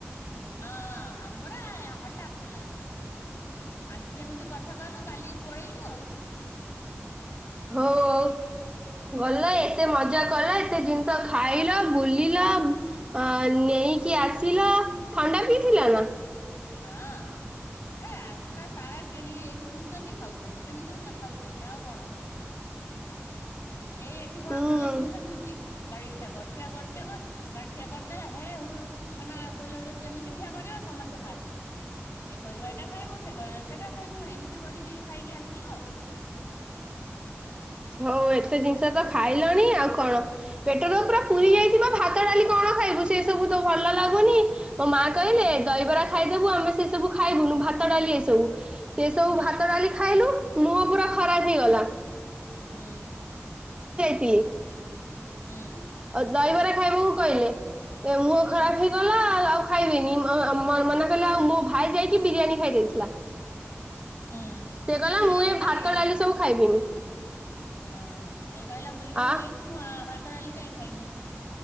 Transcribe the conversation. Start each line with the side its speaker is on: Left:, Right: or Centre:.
Left: ହଁ ଆମର‌ ଏ ହଠାତ୍ ଥିଲା ଆଜି ଯେମିତି କଥା କହିଲୁ କାଲି ପଳେଇଲୁ ଆଉ।
Right: ହଉ ଓ ଗଲ ଏତେ ମଜା କଲ ଏତେ ଜିନିଷ ଖାଇଲ ବୁଲିଲ ଅ ନେଇକି ଆସିଲ ଥଣ୍ଡା ପିଇଥିଲ ନା?
Left: ହଁ ଏ ରାସ୍ତା ସାରା କିଣି କିଣୁଚନ୍ତି ଖାଉଚନ୍ତି କିଣିଚନ୍ତି ଖାଉଚନ୍ତି ଆଉ କଣ। ଏଇ ଏଠି କଣ
Right: ହୁଁ
Left: ଭଲ ଜିନିଷ ମିଳୁଚି। ଗାଡି ଠିଆ କର, ଠିଆ କର, ଠିଆ କର ଗାଡି ଠିଆ କରିଦେଲେ। ହେ ହୁଳ ମାନେ ବୋଲେରୁ ଯେମିତି ଠିଆ କରିବ ସମସ୍ତେ ଭାରିବେ ସେ କହିବ ଏଟା ଖାଇବୁ ସେ କହିଲା ସେଟା ଖାଇବୁ ଏମିତି କରିକି ଖାଇକି ଆସିଲୁ ଆଉ।
Right: ହଉ ଏତେ ଜିନିଷ ତ ଖାଇଲଣି ଆଉ କଣ? ପେଟର ପୁରା
Left: ହୁଁ
Right: ପୁରୀ ଯାଇଥିବ। ଭାତ, ଡାଲି କଣ? ଖାଇବୁ ସେ ସବୁ ତ ଭଲ ଲାଗୁନି। ମୋ ମା କହିଲେ
Left: ହୁଁ
Right: ଦହିବରା ଖାଇଦେବୁ ଆମେ ସେ ସବୁ ଖାଇବୁନୁ ଭାତ ଡାଲି ଏ ସବୁ। ସେ ସବୁ
Left: ହୁଁ
Right: ଭାତ ଡାଲି ଖାଇଲୁ। ମୁହଁ ପୁରା ଖରାପ ହେଇଗଲା।
Left: ହୁଁ।
Right: ପି
Left: ଉଁ
Right: ଦହିବରା ଖାଇବାକୁ କହିଲେ। ଏ ମୁହଁ
Left: ହୁଁ
Right: ଖରାପ ହେଇଗଲା ଆ ଆଉ ଖାଇବିନି ମାମ ମ ମନା କଲେ ଆଉ ମୋ ଭାଇ ଯାଇ କି ବିରିୟାନୀ ଖାଇ ଦେଇେଥିଲା।
Left: ହୁଁ
Right: ସେ କହିଲା
Left: କି ବିରିୟାନୀ
Right: ମୁଁ ଏ
Left: ଅଣ୍ଡା
Right: ଭାତ
Left: ବିରିୟାନୀ
Right: ଡାଲି ସବୁ ଖାଇବିନି। <inaudible>
Left: ହଁ। ସେ କହିଲା ବୁଲିବାକୁ
Right: ଆ
Left: ଯାଇଛି। ମୁଁ ଅ ଭା ତଲି କାଇଁ ଖାଇଁନି?